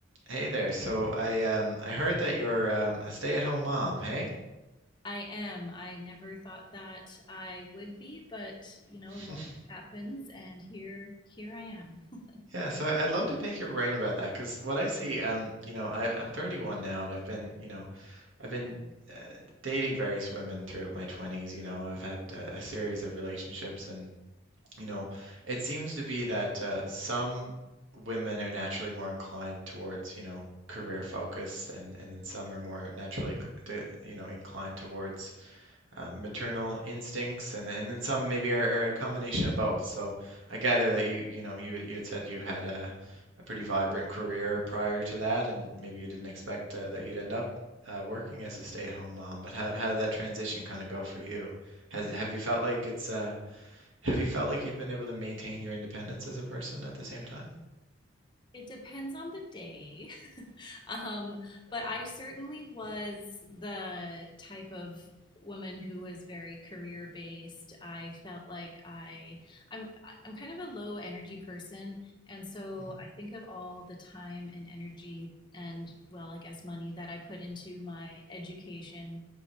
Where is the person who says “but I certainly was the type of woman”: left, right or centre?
Left